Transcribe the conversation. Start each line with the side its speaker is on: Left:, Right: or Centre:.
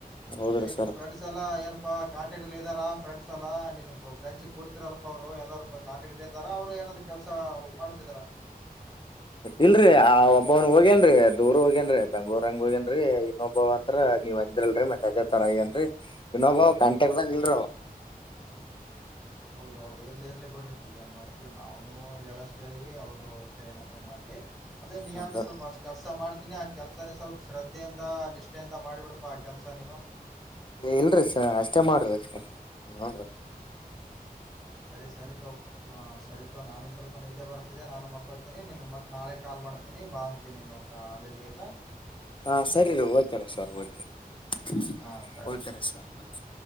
Left: ಹೌದ್ರಿ
Centre: ಮತ್ತೆ
Left: ಸರ್
Centre: ನಿಮ್ ಫ್ರೆಂಡ್ಸ್ ಎಲ್ಲಾ ಏನ ತುಬಾ ಕಾಂಟಾಕ್ಟ್ ಅಲ್ಲಿ ಇದ್ದಾರ ಫ್ರೆಂಡ್ಸ್ ಎಲ್ಲಾ ನಿನ್ ಫ್ರೆಂಡ್ಸ್ ಕೊಡ್ತಿರಲ್ಲಪ್ಪಾ ಅವರು ಎಲ್ಲರು ಕಾಂಟಾಕ್ಟ್ ಇದ್ದಾರ ಅವ್ರು ಇನ್ನೊಂದು ಕೆಲಸ ಮಾಡ್ತಿದಾರಾ
Left: ಇಲ್ರಿ ಆ ಒಬ್ಬವನ್ ಹೋಗೇನ್ರಿ ದೂರ್ ಹೋಗ್ಯೇನ್ರಿ ಬೆಂಗಳೂರು ಹಂಗ್ ಹೋಗ್ಯೇನ್ರಿ ಇನ್ನೊಬ್ಬಾವ ಮಾತ್ರ ನೀವ್ ಅಂದ್ರಲ್ ಮತ್ತೆ ಅದೇತರ ಆಗೇನ್ರಿ ಇನೋಬಾ ಕಂಟ್ಯಾಕ್ಟ್ ದಾಗ ಇಲ್ರಿ ಅವ
Centre: ಹೌದೌದ್ ಇರ್ಲಿ ಇರ್ಲಿ ಬಿಡ್ರಿ ಹೀಗ್ ಏನ್ ಮಾಡ್ತತಿವಿ ನಾವನು ಹೇಳಷ್ಟ್ ಹೇಳಿವಿ ಅವ್ರು ಇಷ್ಟ ಏನಾದ್ರೂ ಮಾಡ್ ಎ ಅದೇ ನೀ
Left: ಹೌದ
Centre: ಅದ್ರ್ ಸ್ವಲ್ಪ ಅಷ್ಟ್ ಕೆಲಸ ಮಾಡ್ ಆ ಕೆಲ್ಸನೆ ಸ್ವಲ್ಪ ಶ್ರದ್ಧೆಯಿಂದ ನಿಷ್ಠೆಯಿಂದ ಮಾಡಿಬಿಡ್ಪಾ ಆ ಕೆಲಸ ನೀನು
Left: ಇಲ್ರಿ ಸರ್ ಅಷ್ಟೇ ಮಾಡ್ರಿ ಸರ್ ನೋಡ್ರಿ
Centre: ಸರಿ ಸರಿತೋಪ್ ಸರಿತೋ ನಾನು ಸ್ವಲ್ಪ ನಿದ್ದೆ ಬರ್ತ ನಾನು ಮಲ್ಕೊಂತೀನಿ ನಿನಗ್ ಮತ್ ನಾಳೆ ಕಾಲ್ ಮಾಡ್ತೀನಿ ಬಾ ಅಂತೀನಿ ನೀನು ಕಾಲೇಜ್ ಆಯತಾ
Left: ಹಾ ಸರಿ ರೀ ಓಕೆ ರೀ ಸರ್ ಓಕೆ
Centre: ಹಾ ಸರಿ ತೋ
Left: ರೀ ಸರ್ ಓಕೆ